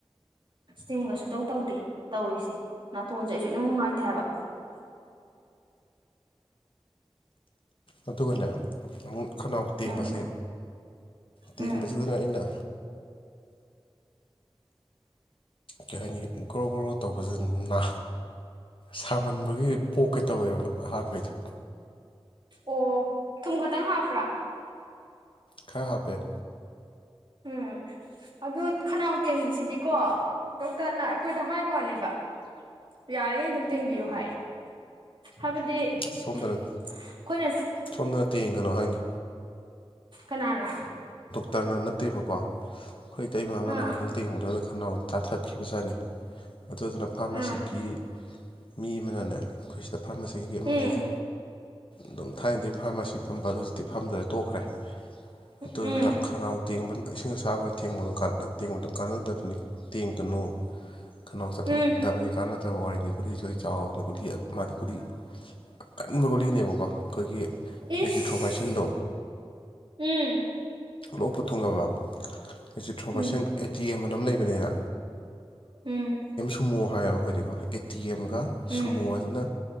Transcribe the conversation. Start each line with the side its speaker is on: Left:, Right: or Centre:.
Right: ꯏꯁꯇꯤꯝꯒ ꯁꯨꯡꯇꯧ ꯇꯧꯗꯦ ꯇꯧꯔꯤꯁꯦ ꯅꯥꯇꯣꯟꯁꯦ ꯑꯩꯁꯨ ꯏꯅꯨꯡ ꯅꯨꯡꯉꯥꯏꯇꯦ ꯍꯥꯏꯕ
Left: ꯑꯗꯨꯒꯅꯦ ꯑꯃꯨꯛ ꯈꯅꯥꯎ ꯇꯦꯡꯕꯁꯦ
Right: ꯎꯝ
Left: ꯇꯦꯡꯕꯁꯤꯗꯅꯦ
Right: ꯎꯝ
Left: ꯑꯩꯅ ꯀꯩ ꯍꯥꯏꯅꯤ ꯒ꯭ꯔꯣ ꯒ꯭ꯔꯣ ꯇꯧꯕꯁꯤ ꯅꯥ ꯁꯥꯃꯟꯕꯒꯤ ꯄꯣꯛꯀꯦ ꯇꯧꯋꯦꯕ ꯑꯍꯥꯟꯕꯩꯗꯣ
Right: ꯑꯣ ꯊꯨꯝ ꯈꯛꯇꯪ ꯍꯥꯞꯄ꯭ꯔꯥ
Left: ꯈꯔ ꯍꯥꯞꯄꯦ
Right: ꯎꯝ ꯑꯗꯨꯗ ꯈꯅꯥꯎ ꯇꯦꯡꯕꯁꯤꯗꯤꯀꯣ ꯗꯣꯛꯇꯔꯅ ꯑꯩꯈꯣꯏꯗ ꯍꯥꯏꯕꯅꯦꯕ ꯌꯥꯔꯤꯉꯩ ꯑꯗꯨꯝ ꯇꯦꯡꯕꯤꯌꯨ ꯍꯥꯏ ꯍꯥꯏꯕꯗꯤ ꯑꯩꯈꯣꯏꯅ
Left: ꯁꯣꯝꯗꯅ ꯁꯣꯝꯗꯅ ꯇꯦꯡꯒꯅꯣ ꯍꯥꯏꯅꯤ
Right: ꯀꯅꯥꯅ
Left: ꯇꯔꯅꯔ ꯅꯠꯇꯦꯕꯀꯣ ꯑꯩꯈꯣꯏ ꯏꯇꯩꯃ ꯑꯃꯅ
Right: ꯑꯥ
Left: ꯍꯥꯃꯨꯛ ꯇꯦꯡꯉꯨꯗꯗ ꯈꯟꯅ ꯇꯥꯊꯠꯈꯤꯕꯖꯥꯠꯅꯤ ꯑꯗꯨꯗꯨꯅ ꯐꯥꯔꯃꯥꯁꯤꯒꯤ
Right: ꯑꯥ
Left: ꯃꯤ ꯑꯃꯅꯅꯦ ꯑꯩꯈꯣꯏꯁꯤꯗ ꯐꯥꯔꯃꯥꯁꯤ ꯀꯞ ꯑꯃ
Right: ꯎꯝ
Left: ꯂꯩꯌꯦ ꯑꯗꯨꯝ ꯊꯥꯏꯅꯗꯒꯤ ꯐꯥꯔꯃꯥꯁꯤ ꯐꯝꯕꯗꯣ ꯍꯧꯖꯤꯛꯇꯤ ꯐꯝꯗ꯭ꯔꯦ ꯇꯣꯛꯈ꯭ꯔꯦ ꯑꯗꯨꯗꯨꯅ
Right: ꯎꯝ
Left: ꯈꯅꯥꯎ ꯇꯦꯡꯕꯅ ꯏꯁꯤꯡ ꯑꯁꯥꯕꯅ ꯊꯦꯡꯕꯗ ꯇꯦꯡꯕꯗ ꯀꯥꯟꯅꯗꯕꯅꯤ ꯇꯦꯡꯀꯅꯨ ꯈꯅꯥꯎ ꯆꯠꯊꯣꯛꯂꯛꯅꯕꯅꯤ
Right: ꯎꯝ
Left: ꯀꯥꯟꯅ ꯇꯕ ꯋꯥꯔꯤꯅꯤ ꯒꯨꯂꯤ ꯑꫭꯏ ꯆꯥꯎꯑꫭꯅ ꯒꯨꯂꯤ ꯑ ꯃꯥꯗꯤꯀꯒꯨꯂꯤ ꯑꯀꯟꯕꯒꯨꯂꯤꯅꯦꯕꯀꯣ ꯑꯩꯈꯣꯏꯒꯤ
Right: ꯏꯁ
Left: ꯑꯦꯖꯤꯊ꯭ꯔꯣꯃꯥꯏꯁꯤꯟꯗꯣ
Right: ꯎꯝ
Left: ꯂꯣꯛꯄꯨ ꯊꯨꯡꯉꯅꯕ ꯑꯁꯤꯇꯔꫭꯃꯥꯏꯁꯤꯟ
Right: ꯎꯝ
Left: ꯑꯦ ꯇꯤ ꯑꯃꯅ ꯑꯃ ꯂꯩꯕꯅꯤꯅ
Right: ꯎꯝ
Left: ꯁꯨꯃꯣ ꯍꯥꯏꯌꯦꯕ ꯑꯩꯈꯣꯏꯗꯤꯀꯣ ꯑꯦ ꯇꯤ ꯑꯝꯒ
Right: ꯎꯝ
Left: ꯁꯨꯃꯣ ꯑꯗꯨꯅ